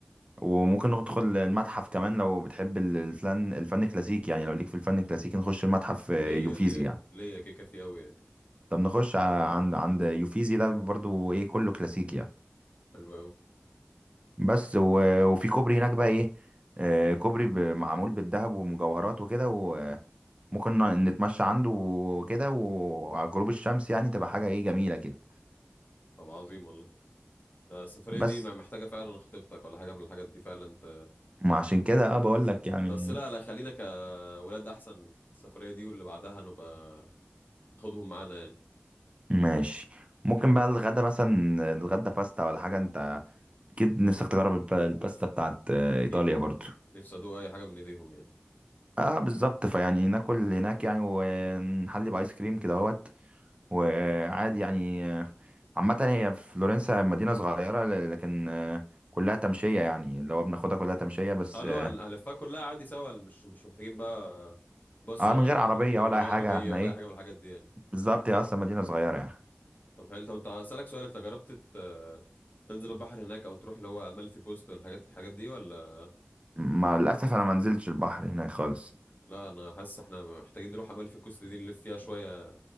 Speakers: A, on the right; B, on the left.
A: وممكن ندخل المتحف كمان لو بتحب ال- الفن الفن الكلاسيكي يعني لو ليك في الفن الكلاسيكي نخش المتحف آه،
B: ليا
A: يوفيزي
B: ليا
A: يعني
B: ليا كيكه فيه قوي يعني
A: طب نخش ع- عند عند يوفيزي ده برضو ايه كله كلاسيكي يعني
B: حلو قوي
A: بس و- وفي كوبري هناك بقى ايه آه، كوبري ب- معمول بالذهب ومجوهرات وكده ممكن ن- نتمشى عنده وكده وعلى غروب الشمس يعني تبقى حاجة ايه جميلة كده
B: طب عظيم والله لا السفريه دي
A: بس
B: ما محتاجه فعلا خطيبتك ولا حاجه من الحاجات دي فعلا انت
A: ما عشان كده اه بقول لك يعني
B: بس لا لا خلينا كولاد احسن السفريه دي واللي بعدها نبقى ناخدهم معانا يعني
A: ماشي ممكن بقى الغدا مثلا نتغدى باستا ولا حاجة انت اكيد نفسك تجرب الب- الباستا بتاعت آه، ايطاليا
B: اكيد
A: برضو
B: نفسي ادوق اي حاجه من ايديهم يعني
A: اه بالظبط فيعني ناكل هناك يعني ونحلي بايس كريم كده اهوت وعادي يعني آه، عامة هي فلورنسا مدينة صغيرة ل- لكن آه، كلها تمشية يعني لو بناخدها كلها تمشية بس
B: اه اللي
A: اه
B: هو هن- هنلفها كلها عادي سوا مش مش محتاجين بقى بس
A: آه،
B: ولا
A: من غير عربية
B: ولا
A: ولا
B: غير
A: أي حاجة
B: عربية
A: احنا
B: ولا
A: ايه
B: أي حاجة من الحاجات دي يعني
A: بالظبط هي اصلا مدينه صغيره يعني
B: طب حلو طب أنت أسألك سؤال أنت جربت ت- تنزل البحر هناك أو تروح اللي هو أمالفي كوست والحاجات الحاجات دي ولا
A: فمع للاسف انا ما نزلتش البحر هناك خالص
B: لا أنا حاسس إحنا محتاجين نروح أمالفي كوست دي نلف فيها شوية